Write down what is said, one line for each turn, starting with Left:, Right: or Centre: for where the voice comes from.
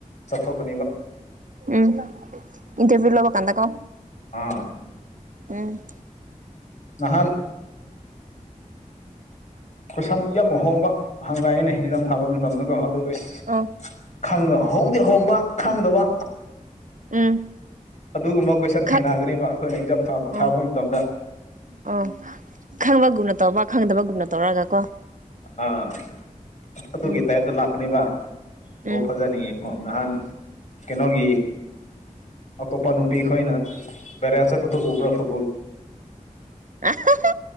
Left: ꯆꯠꯊꯣꯛꯀꯅꯦꯕ
Right: ꯎꯝ ꯏꯟꯇꯔꯚ꯭ꯨ ꯂ ꯑꯗꯒꯣ
Left: ꯑꯥ
Right: ꯎꯝ
Left: ꯃꯍꯍꯥꯟ ꯀꯣꯏꯁꯟ ꯏ ꯌꯥꯝ ꯑꯨꯍꯣꯡꯕ ꯍꯪ ꯂꯛꯑꯦꯅꯦ ꯏꯟꯖꯥꯝ ꯊꯥꯕ ꯃꯇꯝꯗ ꯀꯣ ꯑꯗꯨ ꯑꯩꯁ
Right: ꯑꯣ
Left: ꯈꯪꯉ ꯍꯣꯡꯗꯤ ꯍꯣꯡꯕ ꯈꯪꯗꯕ
Right: ꯎꯝ
Left: ꯑꯗꯨꯒꯨꯝꯕ ꯀꯣꯏꯁꯟ ꯊꯦꯡꯅꯒꯅꯦꯕ
Right: ꯈꯛ
Left: ꯑꯩꯈꯣꯏꯅ ꯑꯦꯛꯖꯥꯝ ꯊꯥꯕ
Right: ꯎꯝ
Left: ꯊꯥꯕ ꯃꯇꯝꯗ
Right: ꯑꯣ ꯈꯪꯕꯒꯨꯝꯅ ꯇꯧꯕ ꯈꯪꯗꯕꯒꯨꯝꯅ ꯇꯧꯔꯒ ꯀꯣ
Left: ꯑꯥ ꯑꯗꯨꯒꯤ
Right: ꯎꯝ
Left: ꯇꯥꯏꯞꯇ ꯂꯥꯛꯀꯅꯤꯕ
Right: ꯎꯝ
Left: ꯑꯣ ꯐꯖꯅꯤꯡꯌꯦ ꯀꯣ ꯅꯍꯥꯟ ꯀꯩꯅꯣꯒꯤ ꯑꯇꯣꯞꯄꯅꯨꯄꯤꯈꯣꯏꯅ ꯚꯥꯏꯔꯦꯜ ꯆꯠꯄꯗꯨ ꯎꯕ꯭ꯥꯔ ꯐꯨ
Right: ꯑꯍꯍ